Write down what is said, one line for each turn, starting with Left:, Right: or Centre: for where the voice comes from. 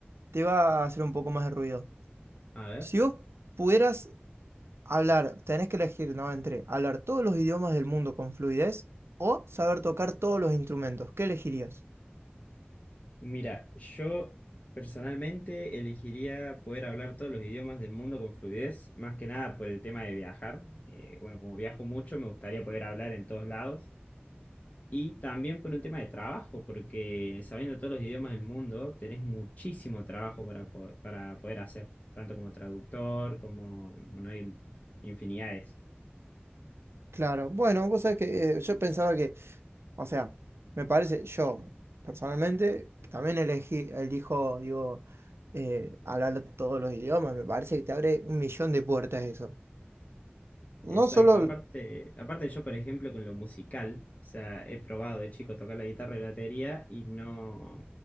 Right: te va a hacer un poco más de ruido.
Left: A ver.
Right: Si vos pudieras hablar, tenés que elegir, ¿no? Entre hablar todos los idiomas del mundo con fluidez o saber tocar todos los instrumentos, ¿qué elegirías?
Left: Mira, yo personalmente elegiría poder hablar todos los idiomas del mundo con fluidez, más que nada por el tema de viajar. Eh, bueno, como viajo mucho, me gustaría poder hablar en todos lados. Y también por un tema de trabajo, porque sabiendo todos los idiomas del mundo, tenés muchísimo trabajo para, po- para poder hacer, tanto como traductor, como, bueno, hay infinidades.
Right: Claro, bueno, vos sabés que eh, yo pensaba que, o sea, me parece, yo personalmente también elegí, elijo, digo, eh, hablar todos los idiomas, me parece que te abre un millón de puertas eso. No
Left: Exacto,
Right: solo,
Left: aparte, aparte yo, por ejemplo, con lo musical, o sea, he probado de chico tocar la guitarra y la batería y no,